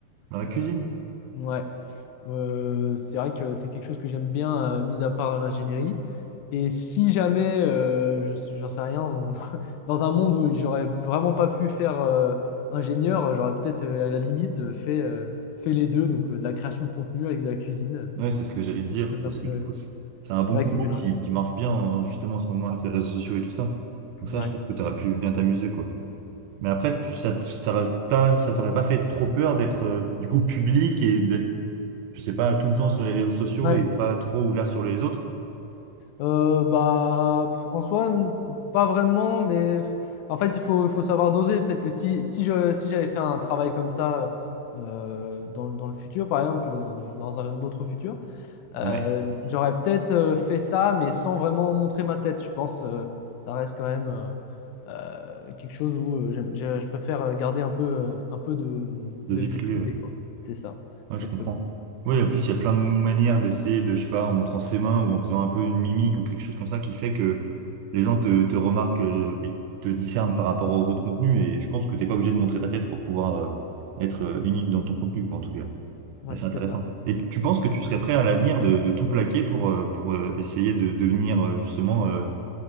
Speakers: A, on the right (about 85°); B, on the left (about 85°).
A: Dans la
B: Euh,
A: cuisine?
B: ouais. Euh, c'est vrai que c'est quelque chose que j'aime bien, euh, mis à part l'ingénierie. Et si jamais, euh, je, suis- j'en sais rien, on- <laughs> dans un monde où j'aurais vraiment pas pu faire euh, ingénieur, j'aurais peut-être euh, à la limite euh, fait, euh, fait les deux, donc euh, de la création de contenu avec de la cuisine, euh,
A: Ouais, c'est ce que j'allais te dire,
B: quelque chose d'un
A: parce
B: peu
A: que du coup, c'est c'est un bon
B: ouais,
A: combo
B: qui mélange
A: qui,
B: les
A: qui marche bien, hein, justement, en ce moment, avec les réseaux sociaux et tout ça. Donc,
B: deux.
A: ça,
B: Ouais,
A: je pense que tu aurais
B: c'est ça.
A: pu bien t'amuser, quoi. Mais après,
B: C'est
A: tu-
B: ça.
A: ça, t- ça t'aurait pas ça t'aurait pas fait trop peur d'être, euh, du coup, public et d'être je sais pas, tout le temps sur les réseaux sociaux
B: Ouais.
A: et pas trop ouvert sur les autres.
B: Euh, bah, pff, en soi, n- pas vraiment, mais pff, en fait, il faut, il faut savoir doser. Peut-être que si, si je, si j'avais fait un travail comme ça euh, dans, le dans le futur, par exemple, dans, dans un autre futur, euh,
A: Ouais,
B: j'aurais peut-être euh, fait ça, mais sans vraiment montrer ma tête. Je pense euh, ça reste quand même euh, euh, quelque chose où euh, j'aime- je, je préfère garder un peu, euh, un peu de, de
A: de vie
B: vie
A: privée,
B: privée,
A: ouais.
B: quoi. C'est ça,
A: Ouais, je
B: exactement.
A: comprends. Oui, en plus, il y a plein de manières d'essayer de, je sais pas, en montrant ses mains ou en faisant un peu une mimique ou quelque chose comme ça qui fait que les gens te, te remarquent euh, et te discernent par rapport aux autres contenus. Et je pense que t'es pas obligé de montrer ta tête pour pouvoir euh, être euh, unique dans ton contenu, quoi, en tout cas.
B: Ouais,
A: Mais c'est
B: c'est
A: intéressant.
B: ça.
A: Et tu tu penses que tu serais prêt à l'avenir de, de tout plaquer pour, euh, pour euh, essayer de devenir euh, justement, euh,